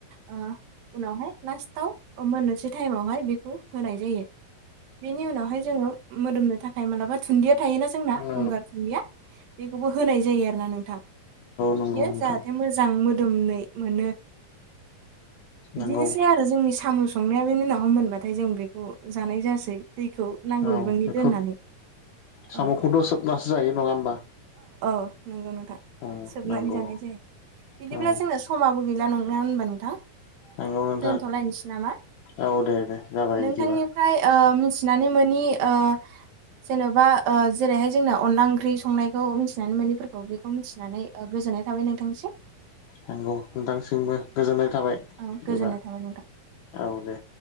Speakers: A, on the right; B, on the left.
A: ओ उनावहाय लास्टाव मोननोसै टाइमावहाय बेखौ होनाय जायो। बेनि उनावहाय जोङो मोदोमनो थाखाय मालाबा थुनन्दिया थायोना जोंना
B: औ
A: गंगार गैया बेखौबो होनाय जायो आरो ना नोंथां।
B: नंगौ
A: बियो
B: नोंथां
A: जाहाथे मोजां मोदोमनाय मोनो। बिदिनोसै
B: नंगौ
A: आरो जोंनि साम संनाया बेनि उनाव मोनबाथाय जों बेखौ जानाय जासै दैखौ नांगौ नांगौ
B: औ
A: बिबांनि
B: बेखौ
A: दोननानै
B: साम'खौथ
A: ओ
B: सोबनासो जायो नंङा होमबा?
A: नोंगौ नोंगौ नोंथां
B: उम
A: सोबनानै
B: नंगौ
A: जानाय जायो। बिदिब्ला
B: औ
A: जोंना समाबो गैला नंङा होनबा नोंथां
B: नंगौ नोंथां
A: दोनथलायनोसै नामा?
B: औ दे दे जाबाय
A: नोंथांनिफ्राय
B: बिदिबा
A: ओ मिथि नानै मोनि ओ जेनबा ओ जेरैहाय जोंनाव अनला ओंख्रि संनायखौ मिथिनानै मोनैफोरखौ बेखौ मिथिनानै ओ गोजोननाय थाबाय नोंथांसिम।
B: नंगौ। औ नोंथांसिमबो गोजोननाय थाबाय
A: औ
B: बिदिबा
A: गोजोननाय थाबाय नोंथां
B: औ दे।